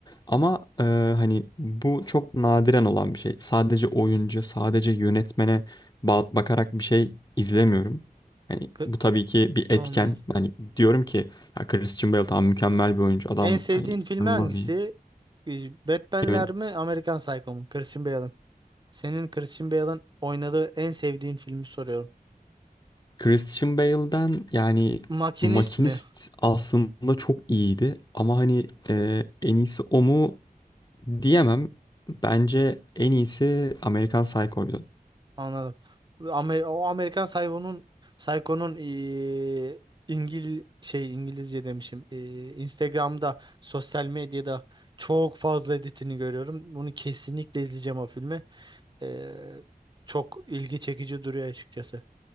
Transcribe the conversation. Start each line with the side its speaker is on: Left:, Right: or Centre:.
Left: Ama e, hani bu çok nadiren olan bir şey. Sadece oyuncu, sadece yönetmene ba- bakarak bir şey izlemiyorum. Yani
Right: K-
Left: bu tabii ki bir etken.
Right: Anladım.
Left: Hani diyorum ki ya Christian Bale tamam mükemmel bir oyuncu. Adam
Right: En sevdiğin
Left: hani
Right: filmi
Left: inanılmaz
Right: hangisi?
Left: iyi.
Right: Ee, Batman'ler
Left: Emin.
Right: mi, Amerikan Psycho mu? Christian Bale'ın. Senin Christian Bale'ın oynadığı en sevdiğin filmi soruyorum.
Left: Christian Bale'den yani
Right: Makinist
Left: Makinist
Right: mi?
Left: aslında çok iyiydi ama hani e, en iyisi o mu Diyemem. Bence en iyisi American Psycho'ydu.
Right: Anladım. Amer o Amerikan Psycho'nun Psycho'nun eee, İngil şey İngilizce demişim. eee, Instagram'da, sosyal medyada çok fazla editini görüyorum. Bunu kesinlikle izleyeceğim o filmi. Eee, çok ilgi çekici duruyor açıkçası.